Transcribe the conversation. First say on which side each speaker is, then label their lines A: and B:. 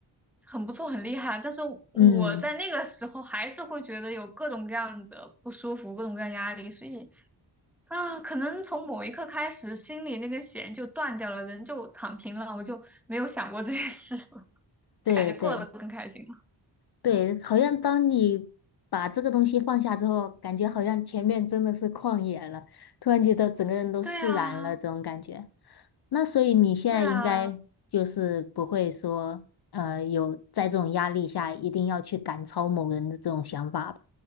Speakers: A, in the centre; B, on the left.
A: 很不错、很厉害，但是我在那个时候还是会觉得有各种各样的不舒服、
B: 嗯，
A: 各种各样压力，所以啊，可能从某一刻开始，心里那根弦就断掉了，人就躺平了，我就没有想过这件事了，<laughs> 就感觉过得更开心了。
B: 对对。对，好像当你把这个东西放下之后，感觉好像前面真的是旷野了，突然觉得整个人都释然了，
A: 对啊，
B: 这种感觉。那所以你现在应该就是不会说，
A: 是啊。
B: 呃，有在这种压力下一定要去赶超某人的这种想法吧？